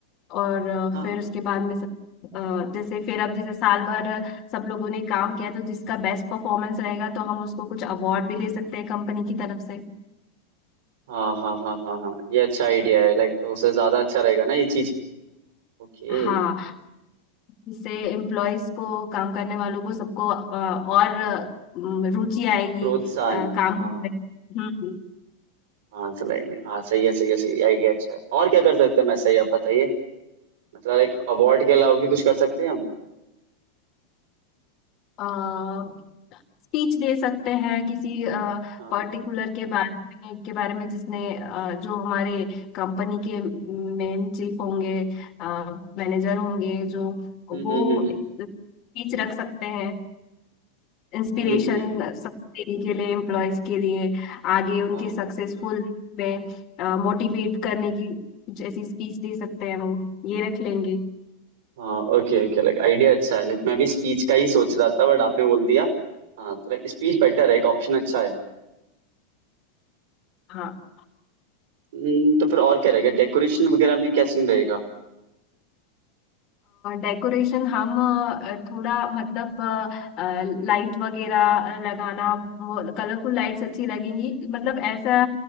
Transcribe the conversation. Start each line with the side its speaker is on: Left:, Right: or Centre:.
Left: और अ,
Right: हाँ
Left: फिर उसके बाद में सब अ, जैसे फिर अब जैसे साल भर सब लोगों ने काम किया तो जिसका बेस्ट परफॉर्मेंस रहेगा तो हम उसको कुछ अवार्ड भी दे सकते हैं कंपनी की तरफ से
Right: हाँ हाँ हाँ हाँ हाँ ये अच्छा आइडिया है लाइक तो उससे ज्यादा अच्छा रहेगा ना ये चीज ओके
Left: हाँ इससे एम्प्लॉयज को काम करने वालों को सबको अ, और अ, रुचि आएगी
Right: प्रोत्साहन
Left: अ, काम
Right: हाँ
Left: करने में।
Right: हाँ सलाई नहीं हाँ सही है सही है सही है, आइडिया अच्छा है और क्या कर सकते हैं मैं सही आप बताइए मतलब लाइक अवार्ड के अलावा भी कुछ कर सकते हैं हम
Left: हम्म स्पीच दे सकते हैं किसी
Right: हाँ
Left: पर्टिकुलर के बारे में के बारे में जिसने अ, जो हमारे कंपनी के मेन चीफ होंगे मैनेजर होंगे जो
Right: हम्म
Left: वो
Right: हम्म हम्म
Left: स्पीच रख सकते हैं इंस्पिरेशन
Right: हम्म हम्म, नहीं
Left: सब देने के लिए एम्प्लॉयज के लिए आगे उनके
Right: हाँ
Left: सक्सेसफुल
Right: हाँ
Left: में मोटिवेट करने की जैसी स्पीच दे सकते हैं वो ये रख लेंगे
Right: हाँ ओके ओके लाइक आइडिया अच्छा है लाइक मैं भी स्पीच का ही सोच रहा था बट आपने बोल दिया हाँ तो लाइक स्पीच बेटर है एक ऑप्शन अच्छा है
Left: हाँ।
Right: हम्म, तो फिर और क्या रहेगा डेकोरेशन वगैरह में क्या सीन रहेगा
Left: डेकोरेशन हम अ, थोड़ा मतलब लाइट वगैरह लगाना वो कलरफुल लाइट्स अच्छी लगेंगी मतलब ऐसा